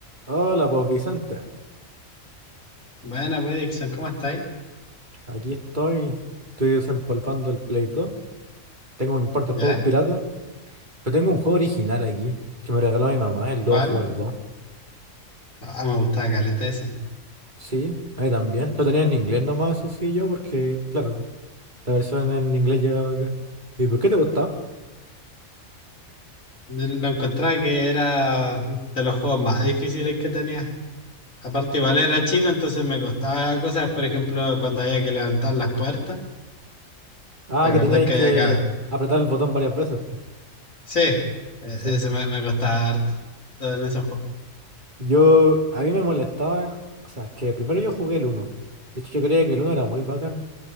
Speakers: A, on the right (about 35°); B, on the left (about 85°).
A: Hola, pues Vicente.
B: Buena, pues, Dixon, ¿cómo estáis?
A: Aquí estoy. Estoy desempolvando el Play 2. Tengo un par de
B: ¿Ya?
A: juegos piratas. Pero tengo un juego original aquí que me regaló mi mamá, el
B: ¿Cuál?
A: God of War 2.
B: Ah, me gustaba Caleta ese.
A: Sí, ahí también. Lo tenía en inglés nomás, eso sí, yo, porque, claro, la versión en inglés llegaba acá. ¿Y por qué te gustaba?
B: Yo Lo encontraba que era de los juegos más difíciles que tenía. Aparte, igual era chico, entonces me costaba cosas, por ejemplo, cuando había que levantar las puertas.
A: Ah,
B: ¿Te acordás
A: que teníais
B: que había
A: que
B: acá?
A: apretar el botón varias veces, pues.
B: Sí, e-
A: Sí.
B: ese me, me costaba harto en esos juegos.
A: Yo, a mí me molestaba. O sea, que primero yo jugué el uno. De hecho, yo creía que el uno era muy bacán.